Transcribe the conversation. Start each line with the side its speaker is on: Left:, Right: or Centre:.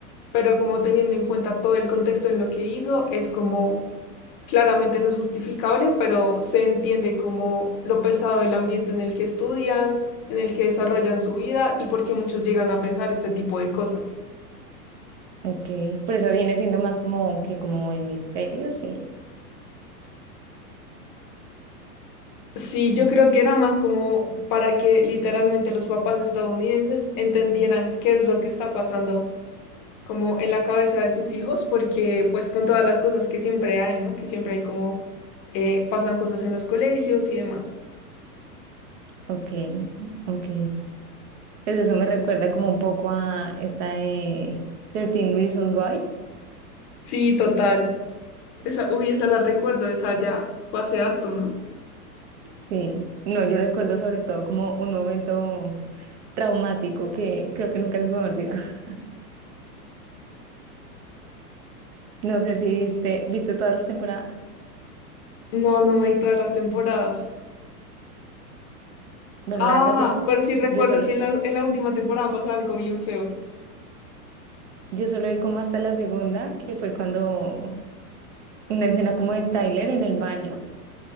Left: pero como teniendo en cuenta todo el contexto en lo que hizo, es como claramente no es justificable, pero se entiende como lo pesado del ambiente en el que estudian, en el que desarrollan su vida y por qué muchos llegan a pensar este tipo de cosas.
Right: Ok. Por eso viene siendo más como que como en misterio, sí.
Left: Sí, yo creo que era más como para que literalmente los papás estadounidenses entendieran qué es lo que está pasando como en la cabeza de sus hijos, porque pues con todas las cosas que siempre hay, ¿no? Que siempre hay como eh, pasan cosas en los colegios y demás.
Right: Ok, ok. Pues eso me recuerda como un poco a esta de 13 Reasons Why.
Left: Sí, total. Esa, uy, esa la recuerdo, esa ya fue hace harto, ¿no?
Right: Sí, no, yo recuerdo sobre todo como un momento traumático que creo que nunca se me olvida. <laughs> No sé si viste, viste todas las temporadas.
Left: No, no me vi todas las temporadas.
Right: Bueno,
Left: Ah,
Right: la verdad, yo,
Left: pero sí recuerdo
Right: yo solo,
Left: que en la, en la última temporada pasa algo bien feo.
Right: yo solo vi como hasta la segunda, que fue cuando una escena como de Tyler en el baño.